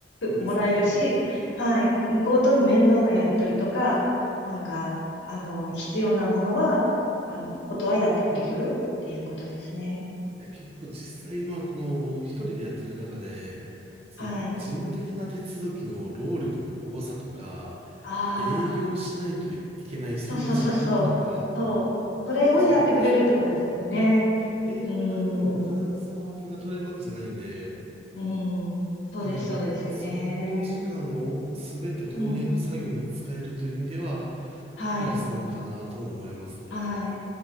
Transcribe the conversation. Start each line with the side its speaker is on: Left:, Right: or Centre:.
Right: そうですね。
Left: もらえるし、
Right: い
Left: はい、向こうとの面倒なやり取りとか、なんか、あの、必要なものは、あの、ことはやってくれるっていうことですね。
Right: や、結構実際今、この、一人でやってる中で、その、
Left: はい。
Right: 事務的な手続きの労力の多さとか、
Left: あ
Right: 営業しないといけないその時間とか、
Left: あ、そうそうそうそう。そう。それをやってくれるってことですもんね。
Right: で、またその、営業かけても必ずその案件が取れるわけじゃないんで、
Left: うーん。うん。そうです、
Right: なので、
Left: そうですよね。
Right: そこの時間を全て翻訳作業に使えるという意味では、
Left: うん。はい。
Right: クラスなのかなとも思いますね。
Left: はい。